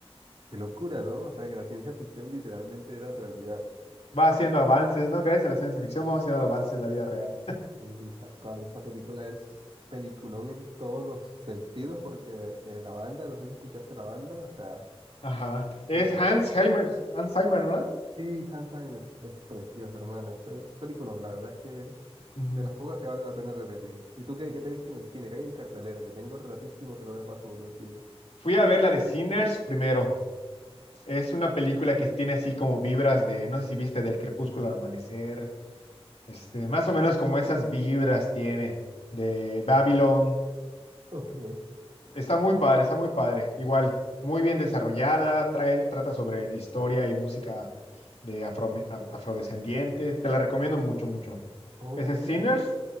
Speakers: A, on the right; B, on the left.
A: Qué locura, ¿no? O sea, que la ciencia ficción literalmente era realidad.
B: Va haciendo avances, ¿no? Gracias a la ciencia ficción vamos haciendo avances en la vida real.
A: Y tal cual, esa película es peliculón en todos los sentidos, porque eh, la banda, no sé si escuchaste la banda, o sea...
B: Ajá.
A: Locura.
B: Es Hans Heimer, Hans Heimer, ¿verdad?
A: Sí, Alzheimer es preciosa, hermano. Esa película, la verdad es que
B: Ujú.
A: de las pocas que vale la pena repetir. ¿Y tú qué, qué te viste en el cine? Que hay en cartelera, que tengo ratísimo que no me paso por un cine.
B: Fui a ver la de Sinners primero. Es una película que tiene así como vibras de, no sé si viste, del crepúsculo al amanecer, este, más o menos como esas vibras tiene de Babylon,
A: Ok.
B: Está muy padre,
A: Uf,
B: está muy padre. Igual, muy bien desarrollada, trae, trata sobre historia y música de afro, af- afrodescendientes. Te la recomiendo mucho, mucho.
A: Ok.
B: Ese es Sinners